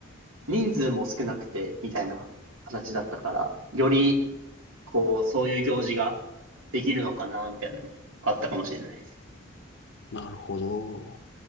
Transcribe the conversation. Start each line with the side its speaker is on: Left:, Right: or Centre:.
Right: 人数も少なくて、みたいな形だったから、より、こう、そういう行事ができるのかな、みたいなの、あったかもしれない。
Left: なるほど。